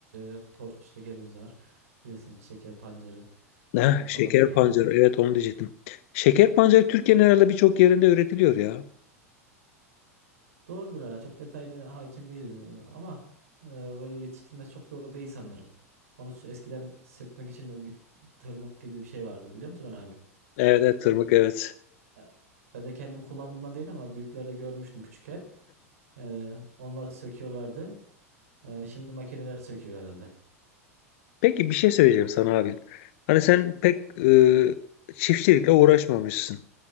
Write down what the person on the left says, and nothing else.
Heh,
şeker
pancarı
evet onu diyecektim. Şeker pancarı Türkiye'nin herhalde birçok yerinde üretiliyor ya.
Evet, evet tırmık evet.
Peki bir şey söyleyeceğim sana abi. Hani sen pek e, çiftçilikle uğraşmamışsın.